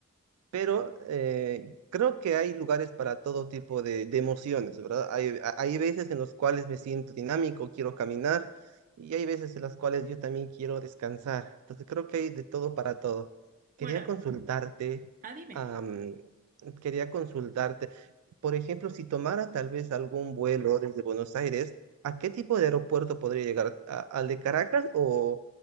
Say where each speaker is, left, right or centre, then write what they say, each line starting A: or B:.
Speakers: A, on the right (about 80°); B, on the right (about 40°).
A: pero eh, creo que hay lugares para todo tipo de, de emociones, ¿verdad? Hay, a- hay veces en los cuales me siento dinámico, quiero caminar, y hay veces en las cuales yo también quiero descansar. Entonces creo que hay de todo para todo.
B: Bueno,
A: Quería consultarte,
B: Ah, dime.
A: am, quería consultarte, por ejemplo, si tomara tal vez algún vuelo desde Buenos Aires, ¿a qué tipo de aeropuerto podría llegar? ¿A- ¿Al de Caracas o,